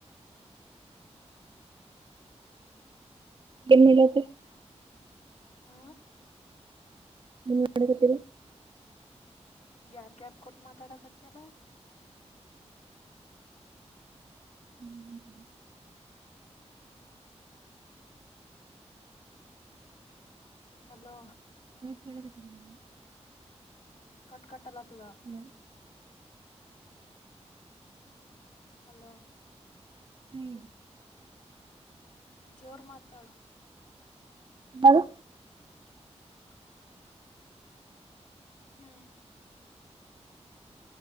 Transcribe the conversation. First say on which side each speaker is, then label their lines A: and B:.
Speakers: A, on the right (about 45°); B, on the left (about 70°).
A: ಏನ್ <unintelligible>
B: <unintelligible> ಹಾ
A: ನಿ ಎನ್ ಮಾಡಕತ್ತಿ.
B: ಗ್ಯಾಪ್ ಗ್ಯಾಪ್ ಕೊಟ್ಟು ಮಾತಾಡಕತ್ತಿ ಅಲಾ.
A: ಹ್ಞೂ <unintelligible>
B: ಹಲೋ
A: ಹೋಗಿ ಕೇಳಾಕತ್ತಿ ನೀನೇ.
B: ಕಟ್ ಕಟ್ಟ ಆಲತ್ತಾದ
A: ಹಲೋ
B: ಹಲೋ
A: ಹ್ಮ <unintelligible>
B: <unintelligible> ಜೋರ್ ಮಾತಾಡು
A: ಹಲೋ
B: <unintelligible> ಹ್ಮ್